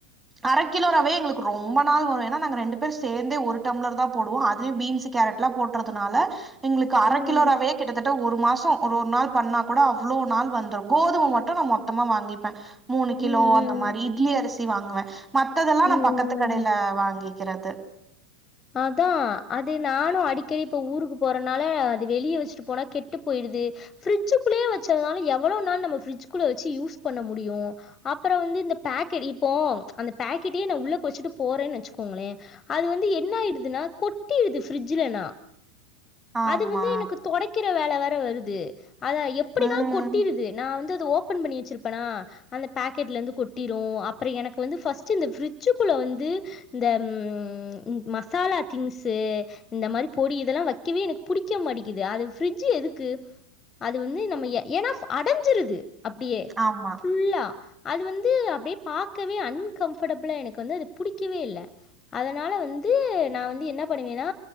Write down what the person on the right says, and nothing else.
அரக்கிலோ ரவயே எங்களுக்கு ரொம்ப நாள் வரு ஏனா நாங்க ரெண்டு பேர் சேந்தே ஒரு டம்ளர் தான் போடுவோம் அதுலயும் பீன்ஸ் கேரட் எலாம் போட்டுறதுனால எங்களுக்கு அர
கிலோ ரவையே கரெட்ட ஒரு மாசோ ஒருஒரு நாள் பண்ணா கூட அவ்ளோ நாள் வந்துடும் கோதும மட்டும் நான் மொத்தமா வாங்கிப்பேன் மூணு
கிலோ அந்த மாதிரி இட்லி அரிசி சி வாங்குவேன் மத்ததெல்லாம்
நா பக்கத்து கடைல வாங்கி க்கிறது
ஆமா
ம்
ஆமா